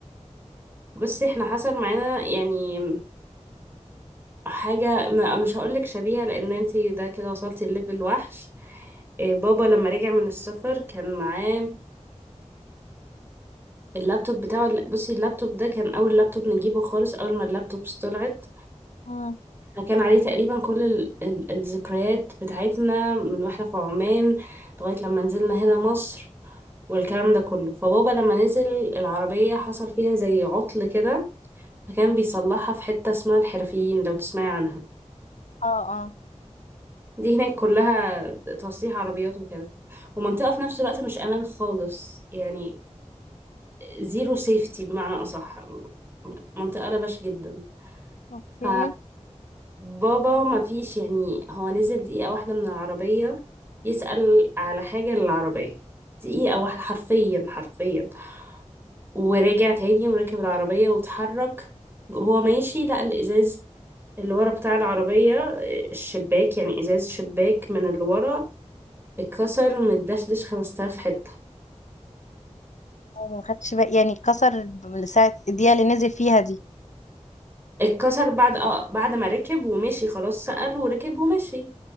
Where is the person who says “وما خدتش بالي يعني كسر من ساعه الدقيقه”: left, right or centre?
Left